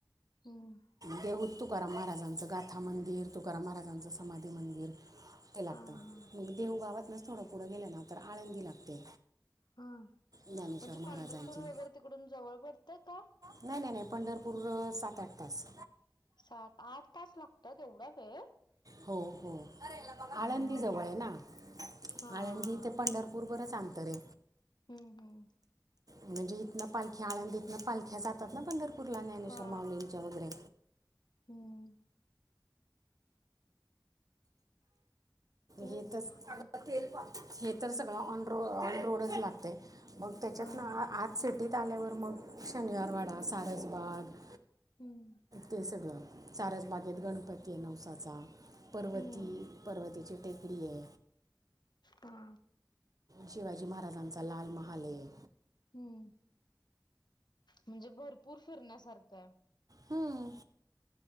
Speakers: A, on the left; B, on the right.
A: हम्म
B: देहूत तू तुकाराम महाराजांचं गाथा मंदिर, तुकाराम महाराजांचं समाधी मंदिर ते लागतं
A: हा हा
B: मग देहू गावातनंच थोडं पुढं गेलं ना तर आळंदी लागते
A: हा.
B: ज्ञानेश्वर
A: म्हणजे
B: महाराजांची
A: पंढरपूर वगैरे तिकडून जवळ पडतं का?
B: नाही नाही नाही पंढरपूर अं, सात आठ तास
A: सात आठ तास लागतात एवढा वेळ?
B: हो हो
A: हा
B: आळंदी
A: हा
B: जवळ आहे ना
A: हा हा
B: आळंदी ते पंढरपूर बरच अंतरे
A: हम्म हम्म.
B: म्हणजे हितन पाल की आळंदीतन पालख्या जातात ना पंढरपूरला ज्ञानेश्वर
A: हा
B: माउलींच्या वैगेरे
A: हम्म तेच
B: हे तस <unintelligible>
A: आम
B: हे तर सगळं ऑन रो ऑन रोडच लागतय. मग त्याच्यात
A: हा
B: ना आज सिटीत आल्यावर मग शनिवारवाडा, सारसबाग
A: हम्म
B: ते सगळं सारस बागेत गणपतीय नवसाचा पर्वती,
A: हम्म
B: पर्वतीची टेकडीय
A: हा
B: शिवाजी महाराजांचा लाल महालय.
A: हम् म्हणजे भरपूर फिरण्यासारखाय
B: हम्म.